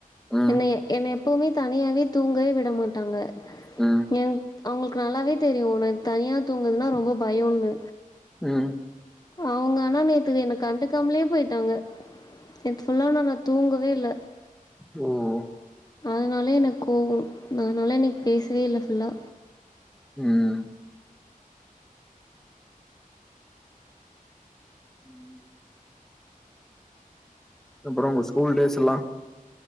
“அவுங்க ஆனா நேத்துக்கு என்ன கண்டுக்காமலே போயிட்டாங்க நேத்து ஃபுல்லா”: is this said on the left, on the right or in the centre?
Left